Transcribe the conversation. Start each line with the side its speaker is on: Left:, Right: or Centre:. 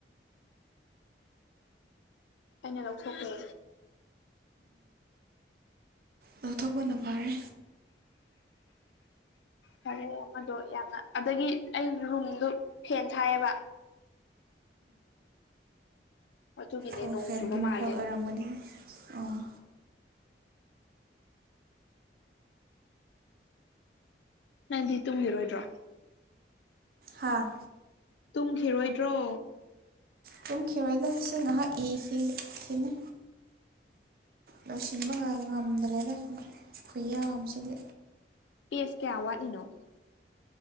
Left: ꯑꯩꯅ ꯂꯧꯊꯣꯛꯈ꯭ꯔꯦ
Right: ꯂꯧꯊꯣꯛꯄꯅ ꯐꯥꯔꯦ
Left: ꯐꯔꯦ ꯑꯃꯗꯣ ꯌꯥꯝꯅ ꯑꯗꯒꯤ ꯑꯩ ꯔꯨꯝꯗꯨ ꯐꯦꯟ ꯊꯥꯏꯌꯦꯕ ꯑꯗꯨꯒꯤꯅꯦ
Right: ꯑꯣ
Left: ꯅꯣꯡ
Right: ꯐꯦꯟꯒꯤ
Left: ꯆꯨꯕ ꯃꯥꯜꯂꯦ
Right: ꯃꯈꯣꯟ ꯑꯣꯏꯔꯝꯒꯅꯤ ꯑꯣ
Left: ꯅꯪꯗꯤ ꯇꯨꯝꯒꯤꯔꯣꯏꯗ꯭ꯔꯣ
Right: ꯍꯥꯥ
Left: ꯇꯨꯝꯈꯤꯔꯣꯏꯗ꯭ꯔꯣ
Right: ꯇꯧꯝꯈꯤꯔꯣꯏꯗ ꯁꯤ ꯉꯥꯏꯍꯥꯛ ꯏꯈꯤꯒꯦ ꯈꯤꯅꯤ ꯂꯣꯏꯁꯤꯟꯕ ꯉ ꯉꯝꯗ꯭ꯔꯦꯅꯦ ꯈꯨꯌꯥꯝꯁꯤꯗꯤ
Left: ꯄꯦꯁ ꯀꯌꯥ ꯋꯥꯠꯂꯤꯅꯣ